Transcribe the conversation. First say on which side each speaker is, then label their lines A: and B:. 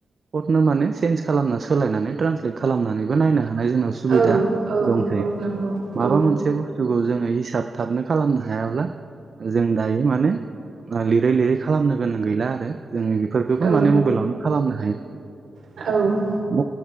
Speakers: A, on the right; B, on the right.
A: फडनो माने चेन्ज खालामना सोलायनानै ट्रान्सलेट खालामनानैबो नायनो हा थानाय जोंनाव सुबिदा
B: औ औ
A: दंसै
B: औ नंगौ
A: माबा
B: औ
A: मोनसे बुस्थुखौ जों हिसाब थाबनो खालामनो हायाब्ला जों दायो माने ओ लिरै लिरै खालामनो गोनां गैला आरो जोङो बेफोरखौबो
B: औ
A: माने मबाइलावनो खालामनो हायो
B: औ
A: म